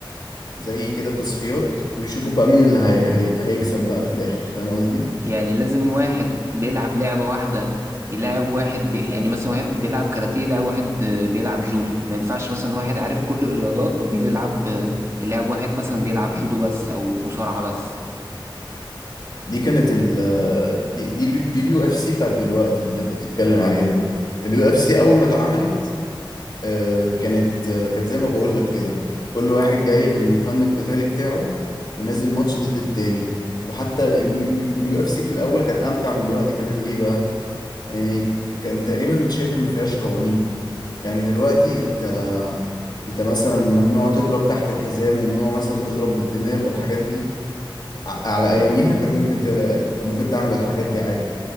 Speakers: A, on the left; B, on the right.
A: زي كده تصفيات ويشوفوا بقى مين اللي هي... هي... هيكسب بقى في الاخر فاهم قصدي
B: يعني لازم واحد بيلعب لعبة واحدة يلاعب واحد بي... يعني مثلا واحد بيلعب كاراتيه يلاعب واحد آه، بيلعب جودو ما ينفعش مثلا واحد عارف كل الرياضات وبيلعب آه، يلاعب واحد مثلا بيلعب جودو بس أو مصارعة بس
A: دي كانت ال آه، دي دي اليو- دي اليو اف سي بتاعت دلوقتي اللي انت بتتكلم عليها دي اليو اف سي اول ما اتعملت آه، كانت آه، كانت زي ما بقول لك كده كل واحد جاي بالفن القتالي بتاعه ونازل ماتش ضد التاني وحتى اليو اف سي في الاول كانت امتع من دلوقتي كمان ليه بقى يعني كان تقريبا شبه ما فيهاش قوانين يعني دلوقتي انت انت مثلا ممنوع تضرب تحت الحزام وممنوع مثلا تضرب بالدماغ والحاجات دي ع- على اياميها كان ممكن تلا... كان ممكن تعمل الحاجات دي عادي